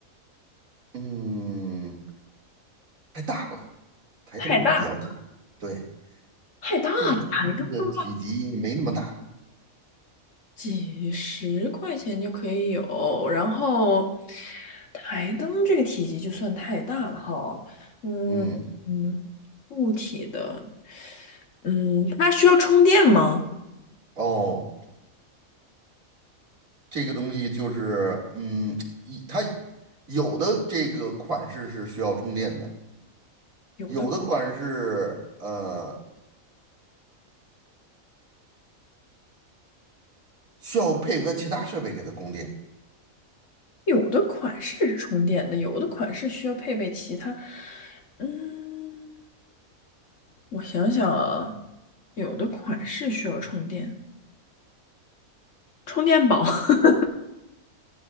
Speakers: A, on the right; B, on the left.
A: 嗯，太大了，台灯比较大，
B: 太大了，
A: 对，
B: 太大了，
A: 这个机器的体积没那么大，
B: 台灯都。几十块钱就可以有，然后台灯这个体积就算太大了哈，嗯嗯，
A: 嗯，
B: 固体的，嗯，它需要充电吗？
A: 哦，这个东西就是，嗯，一它有的这个款式是需要充电的，
B: 有的
A: 有的款式呃需要配合其他设备给它供电，
B: 有的款式是充电的，有的款式需要配备其他，嗯，我想想啊，有的款式需要充电，充电宝，<laughs>